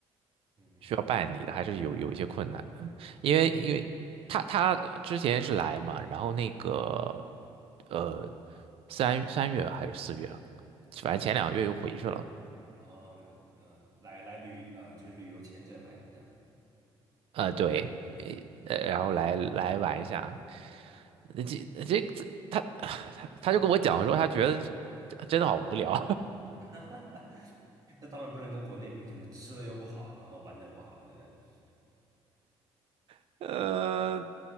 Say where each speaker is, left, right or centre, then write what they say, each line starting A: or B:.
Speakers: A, on the right (about 35°); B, on the right (about 65°).
A: 嗯，
B: 需要办理的，
A: 嗯
B: 还是有有一些困难的。因为因为他他之前是来嘛，
A: 了解，
B: 然后那个呃三三月还是四月啊反正前两个月又回去了。
A: 哦，了解，嗯，来来旅呃就是旅游签证来的这样，
B: 呃，对，呃，
A: 嗯
B: 呃然后来来玩一下，这这这他他他就跟我讲说，他觉得真的好无聊，
A: <laughs> 哈哈，那当然不能跟国内比，可能吃的又不好，然后玩的又不好，对不对？
B: <laughs> 呃，